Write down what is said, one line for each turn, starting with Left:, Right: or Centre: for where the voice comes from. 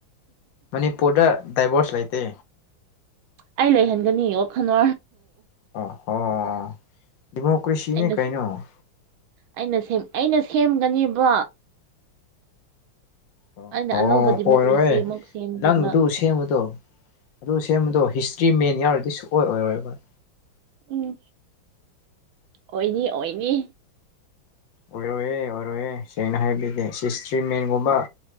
Left: ꯃꯅꯤꯄꯨꯔꯗ ꯗꯥꯏꯕꯣꯔꯁ ꯂꯩꯇꯦ
Right: ꯑꯩ ꯂꯩꯍꯟꯒꯅꯤ ꯌꯣ ꯈꯅꯣ
Left: ꯑꯣ ꯗꯗꯤꯃꯣꯀ꯭ꯔꯦꯁꯤꯅꯦ
Right: ꯑꯩꯅ
Left: ꯀꯥꯏꯩꯅꯣ
Right: ꯁꯤ- ꯑꯩꯅ ꯁꯦꯝ ꯑꯩꯅ ꯁꯦꯝꯒꯅꯦꯕꯣ
Left: ꯑꯣ
Right: ꯑꯩꯅ ꯑꯅꯧꯕ ꯗꯦꯃꯣꯀ꯭ꯔꯦꯁꯤ
Left: ꯑꯣꯏꯔꯣꯏ
Right: ꯑꯃꯨꯛ ꯁꯦꯝꯒꯦꯕ
Left: ꯅꯪ ꯑꯗꯨ ꯁꯦꯝꯕꯗꯣ ꯑꯗꯨ ꯁꯦꯝꯕꯗꯣ ꯍꯤꯁꯇ꯭ꯔꯤ ꯃꯦꯟ ꯌꯥꯎꯔꯗꯤ ꯁꯨꯛꯑꯣ ꯑꯣꯏꯔꯣꯏꯕ
Right: ꯎꯝ ꯑꯣꯏꯅꯤ ꯑꯣꯏꯅꯤ
Left: ꯑꯣꯏꯔꯣꯏꯌꯦꯦ ꯑꯣꯏꯔꯣꯏꯌꯦꯦ ꯁꯦꯡꯅ ꯍꯥꯏꯕꯤꯒꯦ ꯁꯤꯤꯁꯇ꯭ꯔꯤ ꯃꯦꯟꯒꯨꯝꯕ